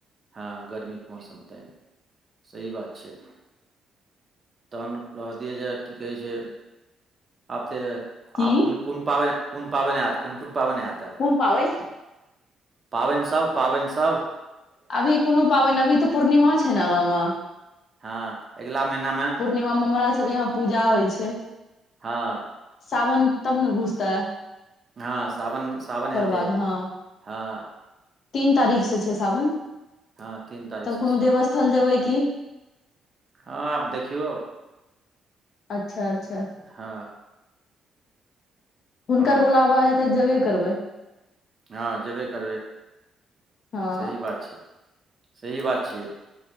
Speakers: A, on the right; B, on the left.
A: हँ गर्मीके मौसम तऽ। सही बात छै। तहन रह दियै जे की कहै छै। आब तऽ
B: की
A: आप कोन कोन पावन कोन पावन आ कोन कोन पावने आत।
B: कुन पाबैन।
A: पाबनिसभ पाबनिसभ
B: अभी कोनो पाबनि अभी तऽ पूर्णिमा छै। ने आगाँमे।
A: हँ अगिला महिनामे।
B: पूर्णिमा मे हमरा सब यंहा पूजा होइ छै।
A: हँ।
B: सावन तब ने बुझतै।
A: हँ साबन साबन हतै
B: बाद हँ
A: हँ।
B: तीन तारीख से छै सावन।
A: हँ तीन तारीख
B: तब
A: से
B: कोनो
A: छै।
B: देवस्थल जेबै की
A: हँ आब देखियौ।
B: अच्छा अच्छा।
A: हँ।
B: हुनकर
A: हँ
B: बुलाबा हेतै जेबे करबै।
A: हँ जेबे करबै
B: हँ
A: सही बात छै। सही बात छियै।